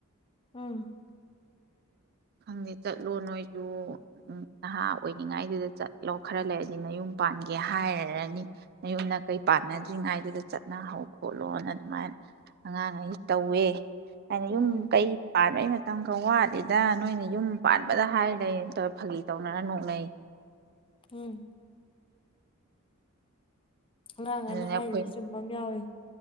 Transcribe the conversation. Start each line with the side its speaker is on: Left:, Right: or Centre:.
Left: ꯑꯝ
Right: ꯈꯪꯗꯦ ꯆꯠꯂꯣ ꯅꯣꯏꯁꯨ ꯅꯍꯥ ꯑꯣꯏꯅꯤꯡꯉꯥꯏꯗꯨꯗ ꯆꯠꯂꯣ ꯈꯔ ꯂꯩꯔꯗꯤ ꯅꯌꯨꯝ ꯄꯥꯟꯒꯦ ꯍꯥꯏꯔꯅꯤ ꯅꯌꯨꯝ ꯅꯀꯩ ꯄꯥꯟꯅꯗ꯭ꯔꯤꯉꯥꯏꯗꯨꯗ ꯆꯠꯅꯍꯧ ꯈꯣꯠꯂꯣꯅ ꯑꯗꯨꯃꯥꯏꯅ ꯑꯉꯥꯡꯉꯩ ꯇꯧꯋꯦ ꯍꯥꯏꯅ
Left: ꯎꯝ
Right: ꯌꯨꯝ ꯀꯩ ꯄꯥꯟꯕꯩ ꯃꯇꯝ ꯊꯣꯡꯋꯥꯠ <unintelligible> ꯅꯣꯏꯅ ꯌꯨꯝ ꯄꯥꯟꯕꯗ ꯍꯥꯏ ꯂꯩ ꯇꯧꯔꯦ ꯐꯥꯒꯤ ꯇꯧꯅꯔ ꯅꯣꯛꯅꯩ
Left: ꯎꯝ ꯑꯉꯥꯡ
Right: ꯑꯗꯨꯅꯦ
Left: ꯑꯅ ꯍꯥꯏꯔꯤꯁꯨ
Right: ꯑꯩꯈꯣꯏ
Left: ꯆꯨꯝꯕ ꯑꯃ ꯌꯥꯎꯏꯤ